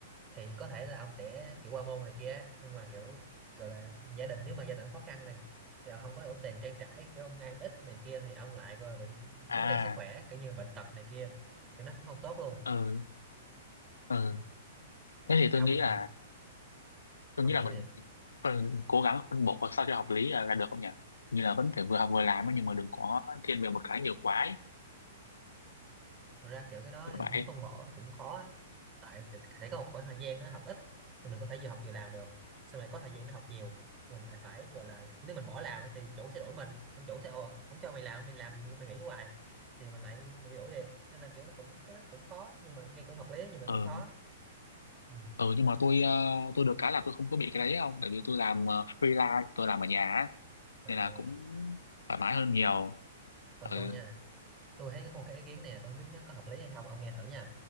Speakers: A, on the right; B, on the left.
A: thì có thể là ông sẽ kiểu qua môn này kia á, nhưng mà kiểu gọi là gia đình nếu mà gia đình khó khăn này thì ông không có đủ tiền trang trải kiểu ông ăn ít này kia thì ông lại rồi bị vấn
B: à
A: đề sức khỏe kiểu như bệnh tật này kia thì nó cũng không tốt luôn
B: ừ ừ
A: ừ.
B: thế thì
A: Thế
B: tôi
A: ông
B: nghĩ
A: thì
B: là tôi
A: ông
B: nghĩ
A: nghĩ
B: là mình
A: gì
B: phân, cố gắng phân bổ sao cho hợp lý là, là được không nhỉ như là vẫn phải vừa học vừa làm ấy, nhưng mà đừng có thiên về một cái nhiều quá ấy.
A: Thật ra kiểu cái đó
B: kiểu
A: thì
B: vậy
A: muốn phân bổ cũng khó ấy. tại phải phải có một khoảng thời gian nó học ít thì mình có thể vừa học vừa làm được xong rồi có thời gian nó học nhiều thì mình lại phải gọi là nếu mình bỏ làm ấy thì chủ sẽ đuổi mình ông chủ sẽ ồ không cho mày làm mày làm mày nghỉ hoài thì mình lại bị đuổi liền nên là kiểu nó cũng cái nó cũng khó nhưng mà nghe cũng hợp lý nhưng mà
B: ừ
A: cũng khó ừ.
B: ừ nhưng mà tôi ờ, tôi được cái là tôi không có bị cái đấy không tại vì tôi làm ờ, freelance tôi làm ở nhà á
A: à,
B: nên là cũng
A: ừ.
B: thoải mái hơn nhiều
A: còn
B: ừ,
A: tôi nha tôi thấy có một cái ý kiến này là tôi không biết nó có hợp lý hay không ông nghe thử nha